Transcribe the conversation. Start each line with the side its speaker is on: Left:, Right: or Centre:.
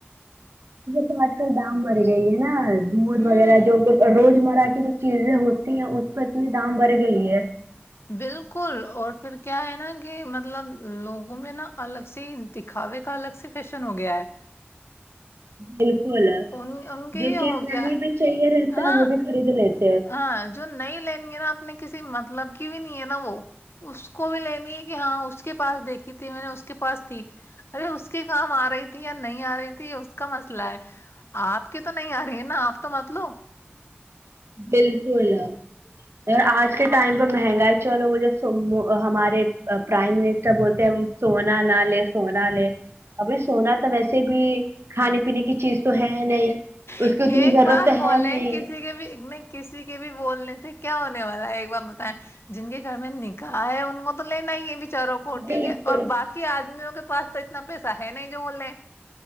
Right: تو آج کل دام بڑھ گئی ہے <unintelligible> نا دودھ
Left: ہوں
Right: وغیرہ جو روز مرہ کی چیزیں ہوتی ہیں اس پر اتنی دام بڑھ گئی ہے
Left: بالکل اور پھر کیا ہے نا کہ مطلب لوگوں میں نا الگ سے دکھاوے کا الگ سے فیشن ہو گیا ہے
Right: جی <unintelligible> ک
Left: ان ان کے
Right: جو
Left: یہ ہو
Right: چیز نہیں
Left: گیا ہے
Right: بھی چاہیے رہتا
Left: ہاں
Right: وہ بھی خرید لیتا
Left: ہاں جو نہیں لینی ہے نا اپنے کسی مطلب کی بھی نہیں ہے نا وہ اس کو بھی لینی ہے کہ ہاں اس کے پاس دیکھی تھی میں نے اس کے پاس تھی ارے اس کے کام آ رہی تھی یا نہیں آ رہی تھی یہ اس کا مسئلہ ہے آپ کی تو نہیں آ رہی ہے نا آپ تو مت لو
Right: بالکل اور آج کے ٹائم پہ مہنگائی چلو وہ جو ہمارے پرائم منسٹر بولتے ہیں سونا نہ لے سونا لے ابھی سونا تو ویسے بھی کھانے پینے کی چیز تو ہے نہیں اس
Left: ایک
Right: کی اتنی ضرورت
Left: بات
Right: تو
Left: بولیں
Right: ہے نہیں
Left: کسی کے بھی کسی کے بھی بولنے سے کیا ہونے والا ہے ایک بار بتائیں جن کے گھر میں نکاح ہے ان کو تو لینا ہی ہے بھی چاروں کو ٹھیک
Right: بالکل
Left: ہے اور باقی آدمیوں کو کے پاس تو اتنا پیسہ ہے نہیں جو بول لیں